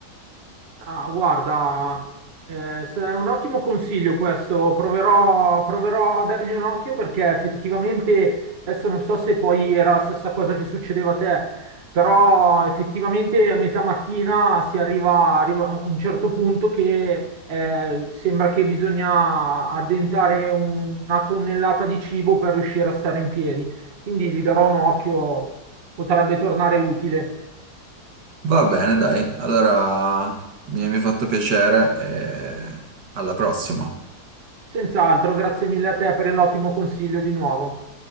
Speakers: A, on the right; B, on the right.
A: Ah, guarda, eh, se è un ottimo consiglio questo, proverò, proverò a dargli un occhio perché effettivamente, adesso non so se poi era la stessa cosa che succedeva a te, però effettivamente a metà mattina si arriva, arriva a un certo punto che eh, sembra che bisogna addentare un- una tonnellata di cibo per riuscire a stare in piedi, quindi gli darò un occhio, potrebbe tornare utile.
B: Va bene, dai. Allora mi mi ha fatto piacere e alla prossima.
A: Senz'altro, grazie mille a te per l'ottimo consiglio di nuovo.